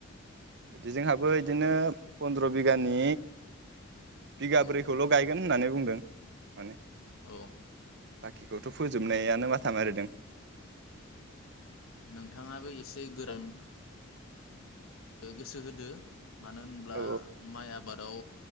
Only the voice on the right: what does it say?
बिदिजोंहाबो इदिनो फन्द्र' बिगानि बिगाब्रैखौल'
गायगोन होननानै बुंदों फोरों माने
बाखिखौथ' फोजोबनायानो <inaudible>
औ